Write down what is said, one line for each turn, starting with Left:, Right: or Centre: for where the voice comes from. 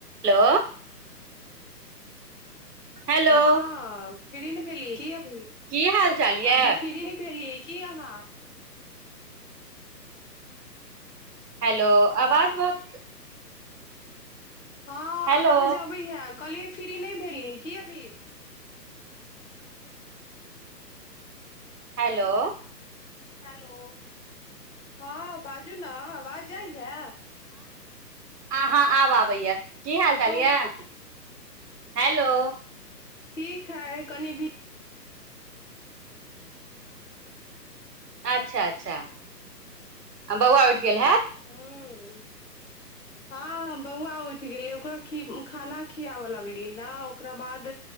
Right: Hello hello
Left: हँ फिरी नहि भेलियै की अभी
Right: की हाल चाल यऽ
Left: अभी फ्रि न भेलियै। की अहाँ
Right: हेलो आवाज बहुत
Left: हँ
Right: हेलो
Left: आवज अबै हे कहलियै फ्री नहि भेलियै की अभी?
Right: हेलो
Left: हेलो हँ बाजू ने आवाज जाइहे?
Right: अ हाँ आब आबैया की हालचाल
Left: हेलो
Right: यऽ हेलो
Left: ठीक है कनि भी
Right: अच्छा अच्छा बउआ उठ गेल है।
Left: ह हँ बउआ उठ गैलै। ओकरा खाना खियाबऽ लगलियै ने ओकरा बाद